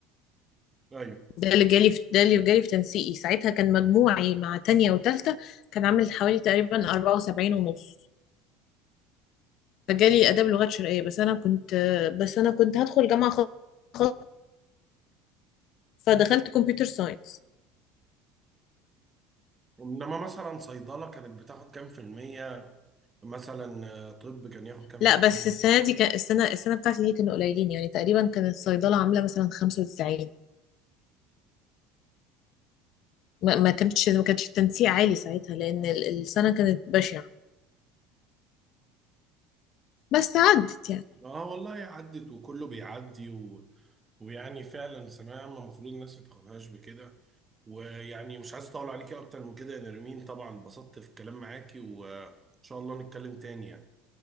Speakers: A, on the right; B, on the left.
A: ايوه
B: ده اللي جالي في ده اللي جالي في تنسيقي ساعتها كان مجموعي مع تانية وتالتة كان عامل حوالي تقريبا 74 ونص فجالي اداب لغات شرقيه بس انا كنت آه، بس انا كنت هدخل جامعه خاصه فدخلت كمبيوتر ساينس
A: انما مثلا صيدلة كانت بتاخد كام في المية مثلا آه، طب كان ياخد كام
B: لا
A: في المية
B: بس السنه دي كان السنه السنه بتاعتي دي كانوا قليلين يعني تقريبا كانت الصيدله عامله مثلا 95 ما ما كانتش ما كانش التنسيق عالي ساعتها لأن ال- السنة كانت بشعة بس عدت يعني
A: اه والله عدت وكله بيعدي و... ويعني فعلا ثانوية عامة المفروض الناس ما تاخدهاش بكده ويعني مش عايز اطول عليكي اكتر من كده يا نرمين طبعا اتبسطت في الكلام معاكي وان شاء الله نتكلم تاني يعني